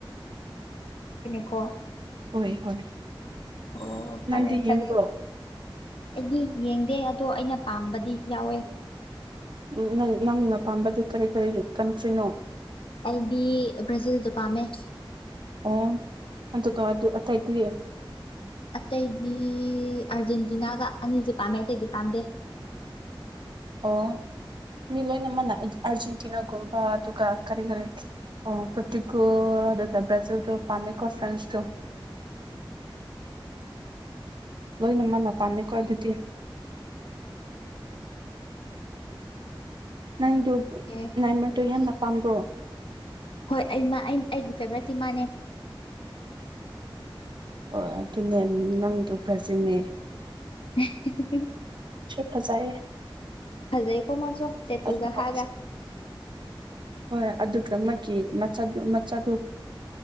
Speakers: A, on the left; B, on the right.
A: ꯍꯣ
B: ꯍꯣꯏ ꯍꯣꯏ
A: ꯑꯣ ꯐꯔꯦ
B: ꯅꯪꯗꯤ
A: ꯐꯔꯦ
B: ꯌꯦꯡꯕ꯭ꯔꯣ
A: ꯑꯩꯗꯤ ꯌꯦꯡꯗꯦ ꯑꯗꯣ ꯑꯩꯅ ꯄꯥꯝꯕꯗꯤ ꯌꯥꯎꯋꯦ
B: ꯎ ꯅꯪ ꯅꯪꯅ ꯄꯥꯝꯕꯗꯤ ꯀꯔꯤ ꯀꯔꯤ ꯀꯟꯇ꯭ꯔꯤꯅꯣ
A: ꯑꯩꯗꯤ ꯭ꯔꯖꯤꯜ ꯇ ꯄꯥꯝꯃꯦ
B: ꯑꯣ ꯑꯗꯨꯒ ꯑꯗꯨ ꯑꯇꯩꯗꯤ
A: ꯑꯇꯩꯗꯤ ꯑꯥꯔꯖꯦꯟꯇꯤꯅꯥꯒ ꯑꯅꯤꯁꯤ ꯄꯥꯝꯃꯦ ꯑꯇꯩꯗꯤ ꯄꯥꯝꯗꯦ <unintelligible>
B: ꯑꯣ ꯃꯤ ꯂꯣꯏꯅꯃꯛꯅ ꯑꯔꯖꯦꯟꯇꯤꯅꯥꯒꯨꯝꯕ ꯑꯗꯨꯒ ꯀꯔꯤ ꯀꯔꯤ ꯑꯣ ꯄꯇꯀꯣ ꯑꯗꯨ ꯭ꯔꯥꯖꯤꯜ ꯇꯣ ꯄꯥꯝꯃꯦꯀꯣ ꯐ꯭ꯔꯦꯟꯁ ꯇꯣ
A: <unintelligible>
B: ꯂꯣꯏꯅ ꯃꯥꯅ ꯄꯥꯝꯃꯦꯀꯣ ꯑꯗꯨꯗꯤ ꯅꯪꯗꯨ
A: ꯑꯦ
B: ꯅꯥꯏꯃꯔꯗꯨꯣ ꯌꯥꯝꯅ ꯄꯥꯝꯕ꯭ꯔꯣ
A: ꯍꯣꯏ ꯑꯩꯃ ꯑꯩ ꯑꯩꯒꯤ ꯐꯦꯚꯔꯦꯠꯤ ꯏꯃꯥꯅꯦ
B: ꯍꯣꯏ ꯑꯗꯨꯅꯦ ꯅꯪꯗ ꯐꯖꯅꯦ
A: <unintelligible>
B: ꯐꯖꯩꯌꯦ
A: ꯐꯖ ꯀꯣꯃꯆꯣ ꯇ ꯇꯨꯒ
B: ꯑꯗꯨꯒ
A: ꯍꯥꯒ <unintelligible>
B: ꯍꯣꯏ ꯍꯣꯏ ꯑꯗꯨꯒ ꯃꯥꯒꯤ ꯃꯆꯥ ꯃꯆꯥꯗꯨ